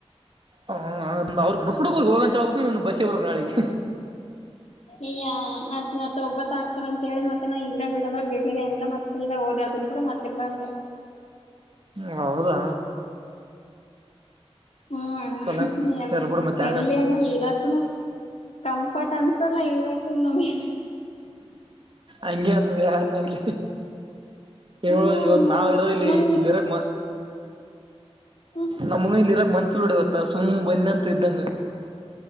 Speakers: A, on the right (about 50°); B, on the left (about 80°).
A: ಹ ಅವ್ರ ಬಿಟ್ಟ ಬಿಡ್ಬೇಕು ಹೋಗಅಂತ ಹೇಳ್ಬಕು ನೀ ಬಸ್ಸಿಗಿ ಬರಬೇಕು ನಾಳಿಗೆ.
B: ಈಯ ಮತ್ತ ಒಬ್ಬತ್ ಆಗ್ತಾರಂತ ಹೇಳಿ ಮತ್ತೆ ನಾ ಇಲ್ಲೇ ಬಿಡಂದ್ರೆ ಬಿಡ್ಲಿಲ್ಲ ಏನಿಲ್ಲ ಮತ್ತೆ ಸೀದಾ ಹೋದ್ರಾದ್ರು ಕೂಡಾ ಕೂಡ ಮತ್ತೆ ಬಂದೇ.
A: ಹೂ ಹೌದಾ
B: ಹ್ಮ ಅಣ್ಣ
A: ಚಲೋ
B: ಎ
A: ಎಲ್ಲ ಬಿಡು ಮತ್ತೆ ಹಂಗ
B: ಎಲ್ಲಿ ಅಣ್ಣ ಇರಾಕ್ ಕಂಫರ್ಟ್ ಅನ್ಸಲ್ಲಾ ಇರಾಕ್ ನಮಗೆ.
A: ಹಂಗೆ ಆತದ ಯಾರನ್ನಾಗಲಿ. ಹೇಳ
B: ಹ್ಮ
A: ಇವತ್
B: ಅಣ್ಣ
A: ನಾವ್ ಇರ ಇಲ್ಲಿ
B: ನನ್ಗೆ
A: ಇಲ್ಲಿರಕ್ ಮ
B: ಹ್ಮ
A: ನಮಗೂ ಇಲ್ಲಿ ಇರಕ್ ಮನಸ್ಸಿಲ್ಲ ನೋಡ ಇವತ್ತ ಸುಮ್ಮ ಬಂದನೆಂತ ಇದ್ದಂಗ.